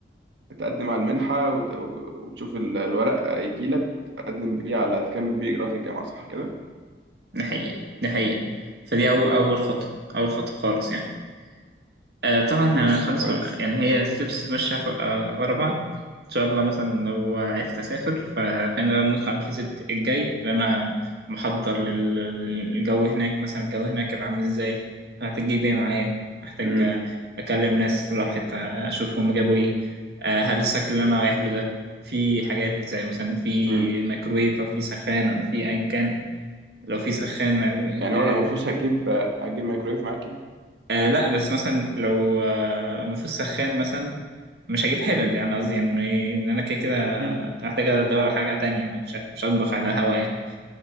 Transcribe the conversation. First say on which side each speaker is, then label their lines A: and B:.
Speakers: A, on the right; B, on the right.
A: تقدم على المنحة وت- وتشوف ال- الورق يجي لك وتقدم بيه على تكمل بيه إجراءات الجامعة صح كده؟
B: دي حقيقة دي حقيقة فدي أول أول خطوة أول خطوة خالص يعني آه طبعا أنا
A: ماشي
B: خلاص
A: كويس
B: يعني هي ستيبس ماشية ف- آه، ورا بعض إن شاء الله مثلا لو عرفت أسافر ف- فأنا لما ندخل على الفيزيت الجاي اللي أنا محضر لل- للجو هناك مثلا الجو هناك هيبقى عامل إزاي هحتاج أجيب إيه معايا محتاج
A: امم
B: آه، أكلم ناس راحت آه، أشوف هم جابوا إيه آه، هل السكن اللي أنا رايح له ده في حاجات زي مثلا في
A: امم
B: ميكرويف أو في سخان أو في أيا كان لو في سخان
A: يعني
B: آه
A: هو لو ما فيهوش هتجيب هتجيب مايكرويف معاك يعني
B: آه لا بس مثلا لو آه مفيش سخان مثلا مش هجيب حلل يعني قصدي يعني إيه، ان انا كده كده
A: <laughs>
B: محتاج ادور على حاجه تانية يعني مش مش هطبخ على هوا يعني